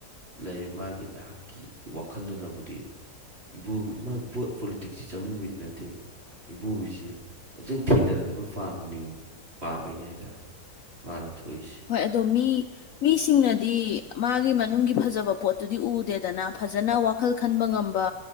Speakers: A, on the right; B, on the left.
A: ꯂꯩꯔꯤ ꯃꯥꯒꯤ ꯅꯍꯥꯛꯀꯤ ꯋꯥꯈꯜꯗꯨꯅꯕꯨꯗꯤ꯫ ꯏꯕꫭꯕꯤ ꯃꯥ ꯕꯣꯠ ꯄꯣꯂꯤꯇꯤꯁꯁꯦ ꯆꯪꯅꯤꯡꯕꯩꯗꯤ ꯅꯠꯇꯦꯕ꯫ ꯏꯕꯣꯕꯤꯁꯤ ꯑꯃꯨꯛꯇꯪ ꯊꯦꯡꯅꯅꯤꯡꯕ ꯄꯥ ꯄꯥꯝꯕꯩꯅꯤ ꯍꯥꯏꯇꯥꯔꯦ꯫ ꯃꯥꯅ ꯊꯣꯛꯏꯁꯤ꯫
B: ꯍꯣꯏ ꯑꯗꯣ ꯃꯤ ꯃꯤꯁꯤꯡꯅꯗꯤ꯫ ꯃꯥꯒꯤ ꯃꯅꯨꯡꯒꯤ ꯐꯖꯕ ꯄꯣꯠꯇꯨꯗꯤ ꯎꯗꯦꯗꯅ ꯐꯖꯅ ꯋꯥꯈꯜ ꯈꯟꯕ ꯉꯝꯕ꯫